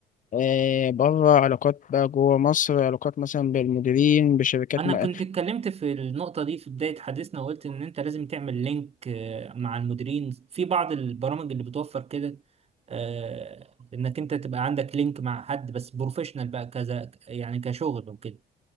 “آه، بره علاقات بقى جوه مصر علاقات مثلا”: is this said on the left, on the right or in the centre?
Left